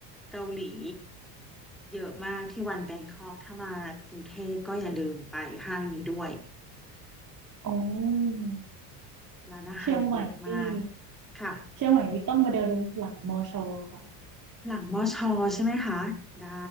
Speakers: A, in the centre; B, on the right.
A: เกาหลีเยอะมากที่วันแบงคอกถ้ามากรุงเทพก็อย่าลืมไปห้างนี้ด้วย
B: อ๋อ
A: ร้านอาหารเยอะมาก
B: เชียงใหม่นี่
A: ค่ะ
B: เชียงใหม่นี่ต้องมาเดินหลังมอชอค่ะ
A: หลังมอชอใช่ไหมคะได้